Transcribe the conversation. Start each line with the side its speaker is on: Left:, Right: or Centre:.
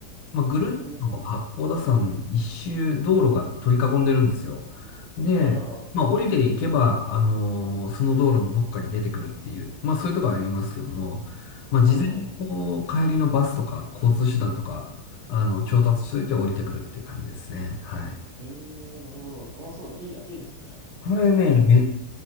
Left: まあ、ぐるっと八甲田山一周道路が取り囲んでるんですよ。
Right: えー、
Left: で、
Right: はいはいはい。
Left: まあ、降りていけば、あのーその道路のどっかに出てくるっていう、まあ、そういうとこありますけども、まあ、事前にこう、
Right: うんうんうん。
Left: 帰りのバスとか交通手段とか、あの、調達しといて降りてくるっていう感じですね。はい。
Right: ええなるほど。楽しそう。いいじゃん。いいですね。
Left: これね、
Right: 結構、
Left: め、